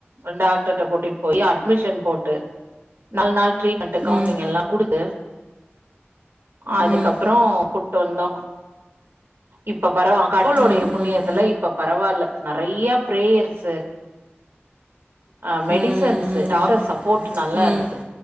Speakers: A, on the right; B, on the right.
A: அ டாக்டர்ட கூட்டிட் போய் அட்மிஷன் போட்டு நல் நாள் ட்ரீட்மென்ட்டு கவுசிலிங்
B: ம்
A: எல்லா குடுத்து அதுக்கப்புறோ
B: ம்
A: குட் ட்டு வந்தோ இப்போ வரவா கடவுளுடைய
B: ம்
A: புண்ணியத்துல
B: ம்
A: இப் பரவால்ல நெறையா பிரேயர்ஸு அ மெடிசன்ஸ்
B: ம்
A: டாக்டர் சப்போர்ட் நல்லா
B: ம் ம்
A: இருதுது